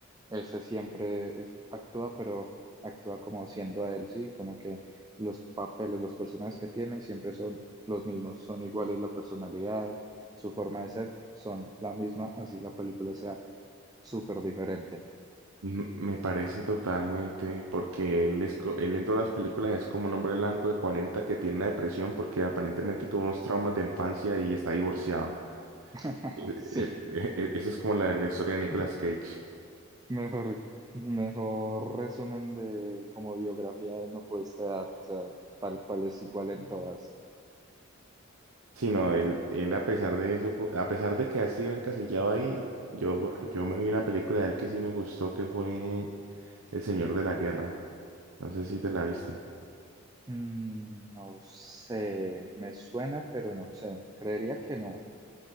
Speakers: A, on the right (about 15°); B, on the right (about 75°).
A: ese siempre es- actúa, pero actúa como siendo él, ¿sí? Como que los papeles, los personajes que tiene siempre son los mismos, son iguales la personalidad, su forma de ser, son la misma, así la película sea súper diferente.
B: M- Me parece totalmente, porque él, es, co- él en todas las películas es como un hombre blanco de 40 que tiene una depresión porque aparentemente tuvo unos traumas de infancia y está divorciado.
A: <laughs>
B: E- e-
A: Sí.
B: e- e- Esa es como la, la historia de Nicolas
A: <laughs>
B: Cage.
A: Mejor, mejor resumen de como biografía de no pudiste dar, o sea, tal cual es igual en todas.
B: Sí, no, él, él a pesar de eso, co- a pesar de que ha sido encasillado ahí, yo, yo me vi una película de él que sí me gustó, que fue El Señor de la Guerra. No sé si te la viste.
A: Mm, no sé, me suena, pero no sé. Creería que no.